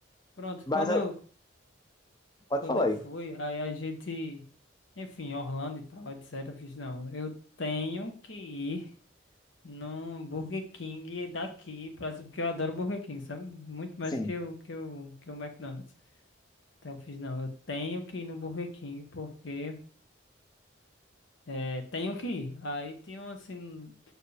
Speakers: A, on the left; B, on the left.
A: Pronto,
B: Mas
A: quando
B: eu-
A: eu,
B: pode
A: quando
B: falar
A: eu
B: aí.
A: fui, aí a gente, enfim, Orlando e tal, etc. Eu fiz, não, eu tenho que ir. num Burger King daqui, pra, porque eu adoro Burger King, sabe? Muito mais
B: Sim.
A: que o, que o, que o McDonald's. Então eu fiz, não, eu tenho que ir no Burger King porque é, tenho que ir. Aí tem um assim.